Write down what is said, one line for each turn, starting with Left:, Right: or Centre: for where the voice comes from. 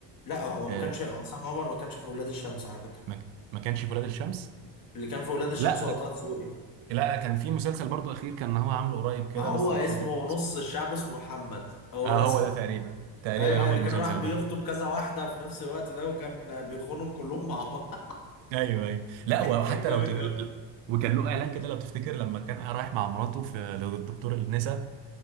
Left: لا هو
Right: آه،
Left: ما كانش عصام عمر ما كانش في ولاد الشمس على فكره
Right: ما ما كانش في ولاد الشمس
Left: اللي كان في ولاد الشمس
Right: لا
Left: هو طه دسوقي
Right: لا كان في مسلسل برضو اخير كان هو عامله قريب
Left: ما
Right: كده
Left: هو
Right: بس مش
Left: اسمه
Right: فاكر
Left: نص
Right: اسمه
Left: الشعب اسمه محمد هو
Right: اه
Left: اسمه
Right: هو ده تقريبا
Left: كده
Right: تقريبا
Left: ايوه ايوه
Right: هو
Left: اللي
Right: المسلسل
Left: كان راح بيخطب
Right: ده
Left: كذا واحده في نفس الوقت ده وكان بيخونهم كلهم مع بعض <laughs>
Right: ايوه ايوه لا وحتى
Left: كان جامد
Right: لو ت...
Left: قوي
Right: وكان له اعلان كده لو تفتكر لما كان رايح مع مراته في للدكتور النسا